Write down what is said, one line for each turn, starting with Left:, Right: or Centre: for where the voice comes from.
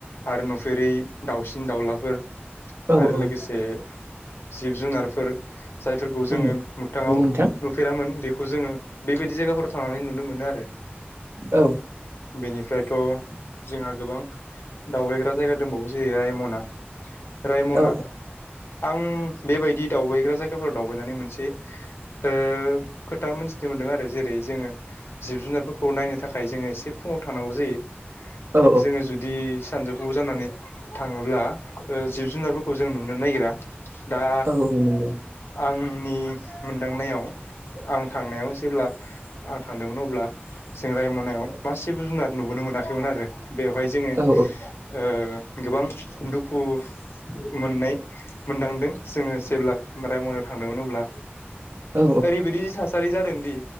Left: आरो नुफेरै दाउसिन दाउलाफोर
Right: औ
Left: आरो
Right: औ
Left: लोगोसे जिब जुनारफोर जायफोरखौ जोङो
Right: उम नंगौ
Left: मोगथाङाव
Right: नोंथां
Left: नुफेरामोन बेखौ जोङो बेबायदि जायगाफोराव थांनानै नुनो मोनो आरो
Right: औ
Left: बेनिफ्रायथ' जोंहा गोबां दावबायग्रा जायगा दंबावो जेरै रायमना, रायमना
Right: औ
Left: आं बेबायदि दावबायग्रा जायगाफोराव दावबायनानै मोनसे ओ खोथा मोनथिदोंमोन मोनदों आरो जेरै जोङो जिब जुनारफोरखौ नायनो थाखाय जोङो एसे फुङाव थांनांगौ जायो।
Right: औ
Left: जोङो जुदि सानजौफु जानानै थाङोब्ला ओ जिब जुनारफोरखौ जों नुनो नागिरा दा
Right: औ नंगौ
Left: आं नि मोनदांनायाव आं थांनायाव जेब्ला आं थांदोंमोन अब्ला जों रायमनायाव मासेबो जुनाद नुबोनो मोनाखैमोन आरो बेवहाय जोङो
Right: औ
Left: ओ गोबां दुखु मोननाय मोन्दांदों जोङो जेब्ला रायमनायाव थांदोंमोन अब्ला
Right: औ
Left: ओरैबायदि थासारि जादोंदि